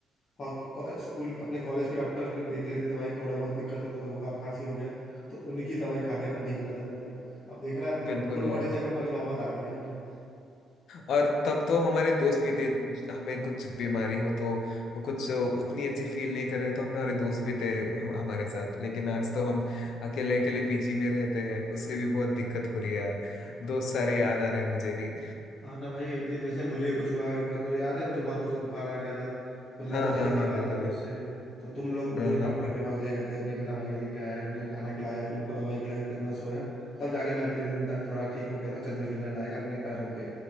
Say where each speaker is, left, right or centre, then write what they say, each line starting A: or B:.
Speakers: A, on the left; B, on the left.
A: हो- को- स्कूल अपने कॉलेज के डॉक्टर देख लेते थे भाई थोड़ा बहुत दिक्कत होता था बुखार खांसी हो गया तो उन्हीं की दवाई खा के अपन ठीक हो जाते थे भाई अब देख रहा है फुल
B: बिल्कुल
A: फुल बॉडी
B: यार
A: चेकअप वाली नौबत आ गई है अपनी
B: और तब तो हमारे दोस्त भी थे हमें कुछ बीमारी हो तो कुछ उतनी अच्छी फील नहीं कर रहे तो हमारे दोस्त भी थे हम- हमारे साथ लेकिन आज तो हम अकेले अकेले पीजी में रहते हैं उससे भी बहुत दिक्कत हो रही है यार दोस्त सारे याद आ रहे हैं मुझे भी
A: हाँ ना भाई जी जैसे मुझे कुछ हुआ एक बार तो याद है मुझे बहुत जोर से बुखार आ गया था तो मैं
B: हाँ
A: तो चल
B: हाँ
A: ही नहीं
B: हाँ
A: पा
B: बिल्कुल
A: रहा था खुद
B: यार
A: से तो तुम लोग मुझे
B: हाँ हाँ
A: डॉक्टर
B: हाँ
A: के पास ले गए थे मेरी दवाई लेके आया मुझे खाना खिलाया फिर मुझको दवाई खिलाई फिर मैं सोया तब जाके मैं अगले दिन तक थोड़ा ठीक हो गया था चलने फिरने लायक अपने पैरों पे